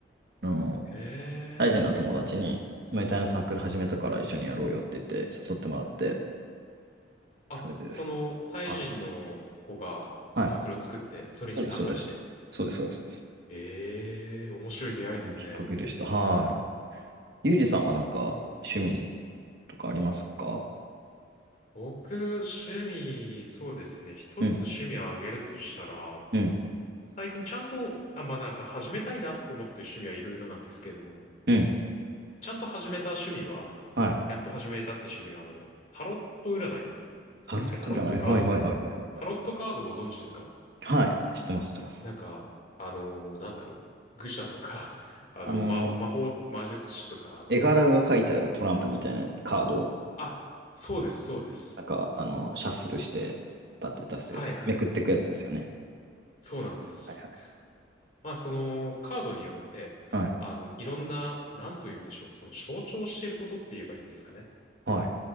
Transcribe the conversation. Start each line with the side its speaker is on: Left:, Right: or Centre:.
Right: あの、
Left: ええ
Right: タイ人の友達に、ムエタイのサークル始めたから一緒にやろうよって言って、誘ってもらって、
Left: あ、
Right: それでですね。
Left: その、タイ人の子がサークルを作って、
Right: はい。はい
Left: それに参加して。
Right: そうです、そうです。そうです、そうです、そうです。
Left: ええ、面白い出会いですね。
Right: このきっかけでした。はい。ユージさんはなんか趣味とかありますか
Left: 僕、趣味、そうですね。一つ趣味をあげるとしたら、
Right: うん、うん、
Left: 最近ちゃんと、あ、まあ、なんか始めたいなって思ってる趣味はいろいろなんですけれども、
Right: うん。
Left: ちゃんと始めた趣味は、
Right: はい。
Left: やっと始めたって趣味は、あの、タロット占いですか。
Right: タロット占い。
Left: タロットカードで、
Right: はい、はい、はい、はい、はい。はい、
Left: タロットカードご存知ですか
Right: はい知ってます、知ってます。
Left: なんか、あのーなんだろう。愚者とか <laughs> あの、
Right: あの
Left: 魔、魔法、魔術師とか。
Right: ー、絵柄が書いてあるトランプみたいなカードを、
Left: あ、そうです、そうです。
Right: なんか、あの、シャッフルして、立って出すやつ、
Left: はいはい。
Right: めくっていくやつですよね。
Left: そうなんです。
Right: はいは
Left: まあ、その、カードによって、
Right: い。はい。
Left: あの、いろんな、なんと言うんでしょう。その、象徴していることって言えばいいんですかね。
Right: はい。